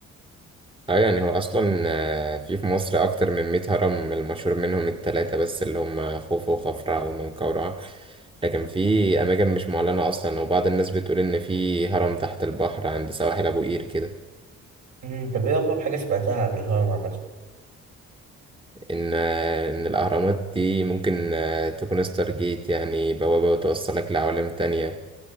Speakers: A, on the right; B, on the right.
A: اه يعني هو اصلا آه، في في مصر اكتر من 100 هرم المشهور منهم التلاتة بس اللي هم خوفو وخفرع ومنقورع لكن في اماكن مش معلنة اصلا وبعض الناس بتقول ان في هرم تحت البحر عند سواحل ابو قير كده
B: امم، طب ايه اغرب حاجة سمعتها عن الهرم عامة
A: ان آه، ان الاهرامات دي ممكن آه، تكون ستار جيت يعني بوابة بتوصلك لعوالم تانية